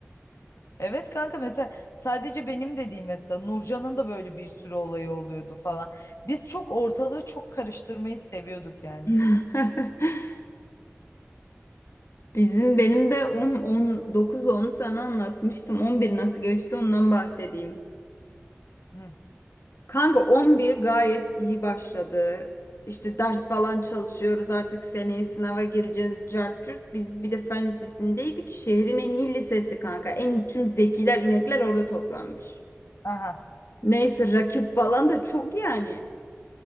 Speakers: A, on the left; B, on the left.
A: Evet kanka mesela sadece benim de değil mesela Nurcan'ın da böyle bir sürü olayı oluyordu falan. Biz çok ortalığı çok karıştırmayı seviyorduk yani.
B: <laughs> Bizim benim de 10 19 ile onu sana anlatmıştım. on bir nasıl geçti ondan bahsedeyim.
A: Hı.
B: Kanka 11 gayet iyi başladı. İşte ders falan çalışıyoruz artık seneye sınava gireceğiz cart curt. Biz bir de fen lisesindeydik. Şehrin en iyi lisesi kanka. En tüm zekiler inekler orada toplanmış.
A: Aha.
B: Neyse rakip falan da çok yani.